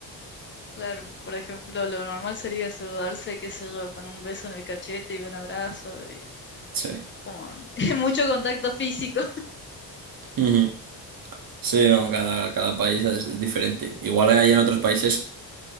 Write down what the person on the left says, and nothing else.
claro. Por ejemplo, lo normal sería saludarse, qué sé yo, con un beso en el cachete y un abrazo, y
como <laughs> mucho contacto físico.